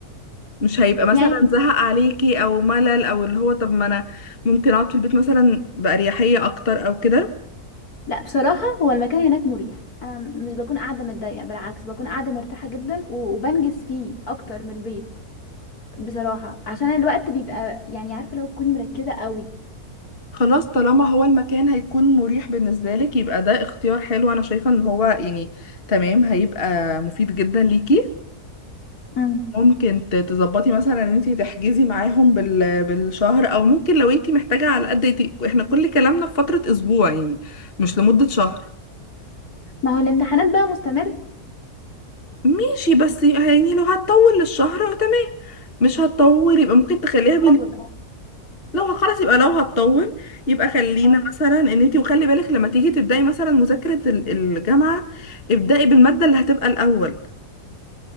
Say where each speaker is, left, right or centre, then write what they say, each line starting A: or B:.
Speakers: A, on the left; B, on the left.
A: مش هيبقى مثلا
B: يعني
A: زهق عليكي او ملل او اللي هو طب ما انا ممكن اقعد في البيت مثلا باريحيه اكتر او كده
B: لا بصراحة هو المكان هناك مريح انا مش بكون قاعدة متضايقة بالعكس بكون قاعدة مرتاحة جدا و- وبنجز فيه اكتر من البيت بصراحة عشان الوقت بيبقى يعني عارفة لو بتكوني مركزة قوي
A: خلاص طالما هو المكان هيكون مريح بالنسبه لك يبقى ده اختيار حلو انا شايفه ان هو يعني تمام هيبقى مفيد جدا ليكي
B: مم.
A: ممكن ت- تظبطي مثلا ان انت تحجزي معاهم بال... بالشهر او ممكن لو انت محتاجه على قد احنا كل كلامنا في فتره اسبوع يعني مش لمده شهر
B: ما هو الامتحانات بقى مستمر
A: ماشي بس يعني لو هتطول للشهر آه، تمام مش هتطول يبقى ممكن تخليها بال...
B: طول اه
A: لو خلاص يبقى
B: ما
A: لو
B: أنا-
A: هتطول يبقى خلينا
B: أه.
A: مثلا ان انت وخلي بالك لما تيجي تبداي مثلا مذاكرة ال- الجامعة ابداي بالمادة اللي هتبقى الاول